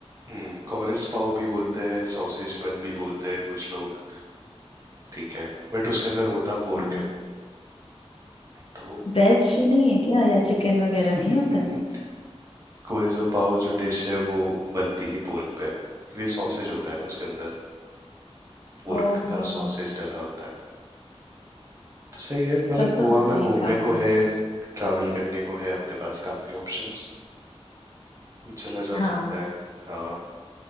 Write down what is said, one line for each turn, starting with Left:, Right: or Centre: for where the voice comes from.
Right: हुँ, कॉरिस पाव भी बोलते हैं सॉसेज बन भी बोलते हैं कुछ लोग ठीक है बट उसके अंदर होता पोर्क
Left: हम्म,
Right: है तो
Left: वेज नहीं है क्या या चिकन वगैरह
Right: <laughs>
Left: नहीं
Right: नहीं
Left: होता है
Right: कोरिजो पाव जो डिश है वो बनती ही पोर्क पे है क्योंकि सॉसेज होता है ना उसके अंदर पोर्क
Left: ओ हाँ
Right: का सॉसेज डला होता है तो सही है मतलब
Left: तब
Right: गोवा
Left: तो मैं
Right: में
Left: नहीं
Right: घूमने
Left: खा पाऊँ
Right: को है ट्रैवल करने को है अपने पास काफ़ी ऑप्शंस चला जा
Left: हाँ
Right: सकता है हाँ